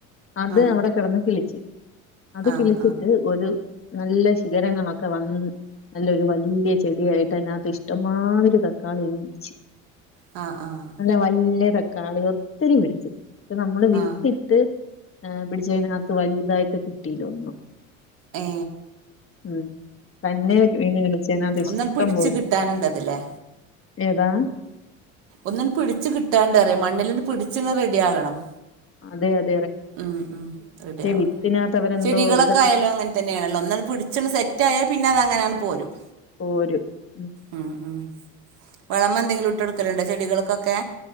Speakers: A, on the left; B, on the right.
A: അത്
B: ആഹ്
A: അവിടെ കിടന്ന് കിളിച്ച് അത്
B: ആഹ്
A: കിളിച്ചിട്ട് ഒരു നല്ല ശിഖരങ്ങളൊക്കെ വന്ന് നല്ലൊരു വലിയ ചെടിയായിട്ട് അതിനാത്ത് ഇഷ്ടമ്മാതിരി ത തക്കാളി അങ്ങ് പിടിച്ച്
B: ആഹ് ആഹ് ആഹ്
A: നല്ല വല്ല്യ തക്കാളി ഒത്തിരി പിടിച്ച് നമ്മള് വിത്തിട്ട്
B: ആഹ്
A: ഏ പിടിച്ചയിനാത്ത് വലുതായിട്ട് കിട്ടീല ഒന്നും
B: ഏ
A: ഉം തന്നെ വീണ് കിളിച്ചേനാത്ത് ഇഷ്ടം
B: ഒന്നണ്ട് പിടിച്ച്
A: പോലെ
B: കിട്ടാനുണ്ടതില്ലേ
A: ഏതാ
B: ഒന്നിൻ പിടിച്ചു കിട്ടാണ്ടറിയാം മണ്ണിലിത് പിടിച്ചിന്ന് റെഡി ആകണം
A: അതെ അത്
B: ഉ ഉ റെഡി ആവണം
A: വിത്തിനകത്ത് അവരെന്തോ
B: ചെടികളൊക്കെ
A: ഇതൊക്കെ
B: ആയാലും അങ്ങനെ തന്നെയ ആണല്ലോ ഒന്ന് പിടിച്ച തെറ്റായ പിന്നെ അത് അങ്ങനെയാണ് പോരും
A: പോര് <unintelligible> ഉ
B: ഉം ഉം വളം എന്തെങ്കിലും ഇട്ടെടുക്കലുണ്ടോ ചെടികൾക്കൊക്കെ